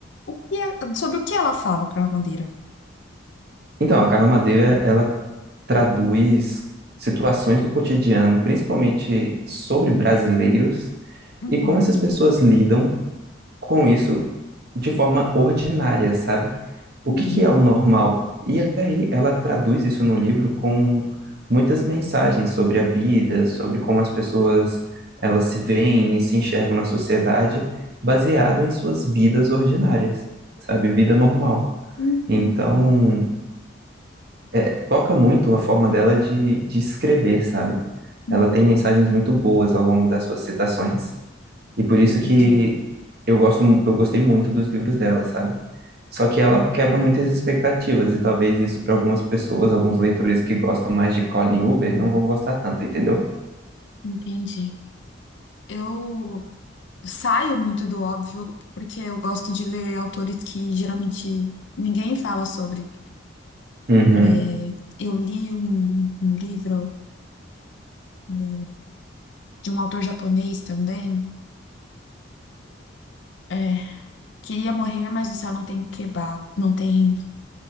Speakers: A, on the left; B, on the right.
A: O que é- Sobre o que ela fala, Carla Madeira?
B: Então, a Carla Madeira, ela traduz situações do cotidiano, principalmente sobre brasileiros,
A: uhum,
B: e como essas pessoas lidam com isso de forma ordinária, sabe? O
A: Hum,
B: que que é o normal? E aí ela traduz isso num livro com muitas mensagens sobre a vida, sobre como as pessoas elas se veem e se enxergam na sociedade, baseado em suas vidas ordinárias, sabe? Vida normal.
A: uhum,
B: Então, é, toca muito a forma dela de, de escrever, sabe?
A: uhum.
B: Ela tem mensagens muito boas ao longo das suas citações. E por isso
A: entendi.
B: que eu gosto, eu gostei muito dos livros dela, sabe? Só que ela quebra muitas expectativas, e talvez isso para algumas pessoas, alguns leitores que gostam mais de Colin Hoover, não vão gostar tanto, entendeu?
A: Entendi. Eu saio muito do óbvio, porque eu gosto de ler autores que geralmente ninguém fala sobre.
B: Uhum.
A: É, eu li um, um livro, né, de um autor japonês também. é, Queria morrer, mas o céu não tem quebrado. Não tem.